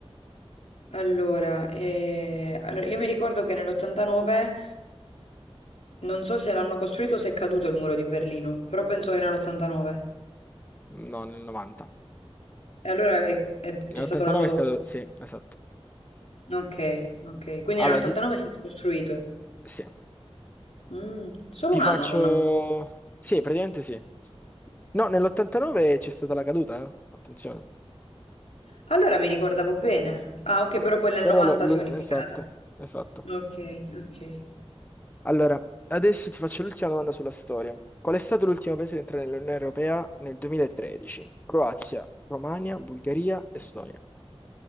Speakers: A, on the left; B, on the left.
A: Allora, eh, allora, io mi ricordo che nell'89, non so se l'hanno costruito o se è caduto il muro di Berlino, però penso che nell'89.
B: No, nel 90.
A: E allora è, è-
B: Nell'89
A: è stato l'anno dopo.
B: è caduto, sì, esatto.
A: Ok, ok. Quindi
B: Allora,
A: nell'89
B: ti-
A: è stato costruito.
B: sì.
A: Mm, solo
B: Ti
A: un
B: faccio...
A: anno l'hanno avuto.
B: Sì, praticamente sì. No, nell'89 c'è stata la caduta, eh? Attenzione.
A: Allora mi ricordavo bene. Ah, ok, però poi nel
B: Però
A: 90
B: lo- lo-
A: si è unificata.
B: Esatto, esatto.
A: Ok, ok.
B: Allora, adesso ti faccio l'ultima domanda sulla storia. Qual è stato l'ultimo paese ad entrare nell'Unione Europea nel 2013? Croazia, Romagna, Bulgaria, Estonia.